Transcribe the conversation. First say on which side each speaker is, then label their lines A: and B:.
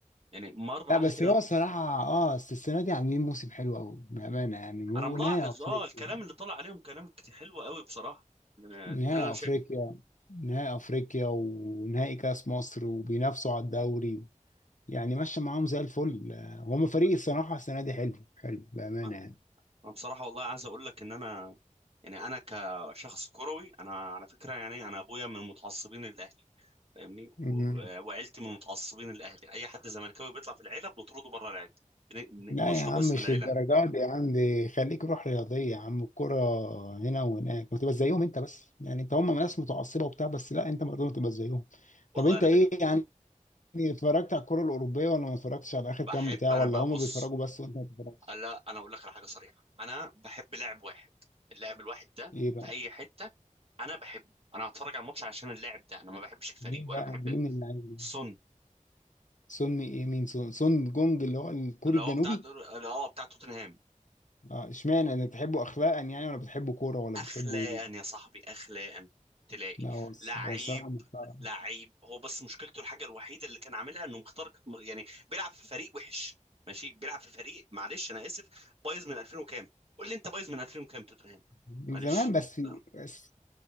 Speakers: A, on the right; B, on the left.
A: يعني مرة
B: لا
A: واحدة
B: بس
A: كده
B: هو صراحة اه بس السنة دي عاملين موسم حلو قوي بأمانة يعني ونهائي
A: أنا ملاحظ
B: افريقيا
A: آه الكلام اللي طلع عليهم كلام كت- حلو قوي بصراحة أنا- ده
B: نهائي
A: اللي أنا شايفه
B: افريقيا نهائي افريقيا ونهائي كاس مصر وبينافسوا على الدوري يعني ماشي معاهم زي الفل آه، هم فريق
A: ما
B: الصراحة السنة دي حلو حلو بأمانة
A: ما-
B: يعني
A: ما بصراحة والله عايز أقول لك إن أنا يعني أنا كشخص كروي أنا على فكرة يعني أنا أبويا من المتعصبين للأهلي فاهمني
B: مم.
A: و- وعيلتي من المتعصبين الاهلي اي حد زملكاوي بيطلع في العيله بنطرده بره العيله بن-
B: لا
A: بنشطب
B: يا عم
A: اسم
B: مش
A: العيله
B: للدرجات دي عندي خليك روح رياضية يا عم الكرة هنا وهناك وتبقى زيهم انت بس يعني انت هم ناس متعصبة وبتاع بس لا انت برضه تبقى زيهم
A: والله
B: طب انت
A: انا
B: ايه
A: بن-
B: يعني اتفرجت على الكرة الأوروبية ولا ما اتفرجتش على آخر كام
A: بحب
B: بتاع
A: انا
B: ولا
A: ببص
B: هم بيتفرجوا بس وانت ما بتتفرجش
A: لا انا اقول لك على حاجه صريحه انا بحب لاعب واحد اللاعب الواحد ده
B: ايه بقى
A: في اي حته انا بحبه انا هتفرج على الماتش عشان اللاعب ده انا ما بحبش الفريق
B: مين
A: ولا
B: بقى
A: بحب
B: مين اللي عايز
A: سون
B: سون ايه مين سون سون جونج اللي هو الكوري
A: اللي
B: الجنوبي
A: هو بتاع اللي هو بتاع توتنهام
B: اه اشمعنى انا بتحبه اخلاقا يعني ولا بتحبه كورة ولا
A: اخلاقا
B: بتحبه ايه
A: يا صاحبي اخلاقا تلاقي
B: لا هو الص-
A: لعيب
B: هو الصراحة محترم
A: لعيب هو بس مشكلته الحاجه الوحيده اللي كان عاملها انه مختار يعني بيلعب في فريق وحش ماشي بيلعب في فريق معلش انا اسف بايظ من 2000 وكام قول لي انت بايظ من 2000 وكام توتنهام
B: من
A: معلش
B: زمان بس
A: لا
B: بس